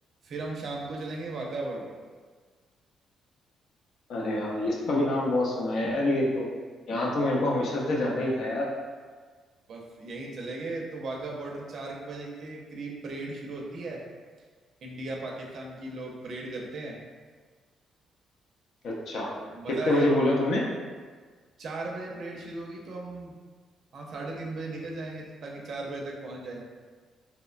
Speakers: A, on the right (about 55°); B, on the left (about 70°).
A: फिर हम शाम को चलेंगे वाघा बॉर्डर
B: अरे यार इसका भी नाम बहुत सुना है यार ये तो यहाँ
A: हाँ
B: तो मेरे को हमेशा से जाना ही था यार
A: बस यहीं चले गए तो वाघा बॉर्डर चार के बजे के करीब परेड शुरू होती है इंडिया पाकिस्तान की लोग परेड करते हैं
B: अच्छा
A: तो
B: कितने
A: मजा आएगा
B: बजे बोला तुमने
A: चार बजे परेड शुरू होगी तो हम हाँ साढ़े तीन बजे निकल जाएंगे ताकि चार बजे तक पहुंच जाए